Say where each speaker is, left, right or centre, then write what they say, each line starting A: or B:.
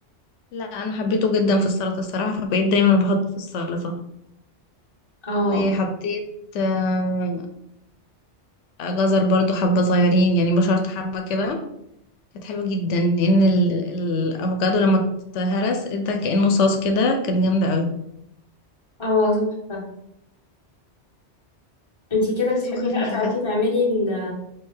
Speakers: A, on the left; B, on the left.
A: لا انا حبيته جدا في السلطة الصراحة فبقيت دايما بحطه في السلطة
B: اه
A: وحطيت آه، جزر برضو حبة صغيرين يعني بشرت حبة كده كانت حلوة جدا لأن ال- الأفوكادو لما اتهرس ادى كأنه صوص كده كانت جامدة قوي
B: اه تحفة انتي كده
A: بس
B: بتحبي
A: وخفيفة
B: بقى تعرفي
A: كده
B: تعملي ال-